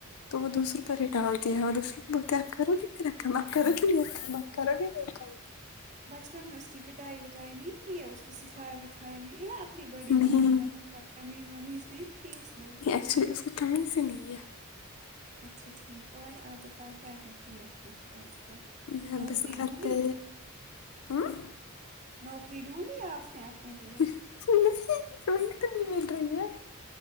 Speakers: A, on the left; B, on the right.
A: تو وہ دوسروں پر ہی ڈالتی ہے وہ تو وہ دوسری پر ہی ڈالتے ہیں تو دوسری کو میرا کام آپ کرو گی یہ کام آپ کرو گے وہ کام
B: بچپن میں اس کی پٹائی وٹائی نہیں کی ہے اس کو سکھایا وکھا ھائے میں یا اپنی بڑی
A: نہیں
B: بہنیں مطلب تمیز ومیز نہیں تھی اس میں
A: چھی اس کوتمیز ہی نہیں ہے
B: اچھا ٹھیک اور آپ بتاؤ کیا کرتی رہتی ہو آج کل
A: میں
B: نوکری
A: بس گھر
B: ڈھونڈی
A: پہ ہاں
B: نوکری ڈھونڈی آپ نے اپنے لئے
A: نہیں وہ ہی تو نہیں مل رہی ہے